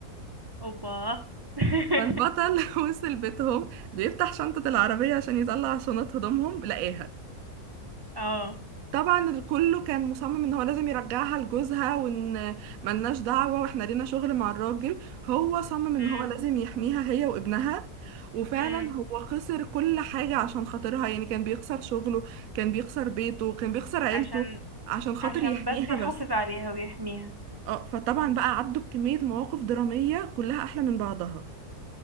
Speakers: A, on the right; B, on the right.
A: اوبا <laughs>
B: فالبطل <laughs> وصل بيتهم بيفتح شنطة العربية عشان يطلع شنط هدومهم لقاها
A: اه
B: طبعا كله كان مصمم ان هو لازم يرجعها لجوزها وان ملناش دعوة واحنا لينا شغل مع الراجل هو صمم ان
A: مم.
B: هو لازم يحميها هي وابنها وفعلا
A: مم.
B: هو خسر كل حاجة عشان خاطرها يعني كان بيخسر شغله كان بيخسر بيته كان بيخسر عيلته
A: عشان
B: عشان خاطر
A: عشان
B: يحميها
A: بس يحافظ
B: بس
A: عليها ويحميها
B: اه فطبعا بقى عدوا بكمية مواقف درامية كلها احلى من بعضها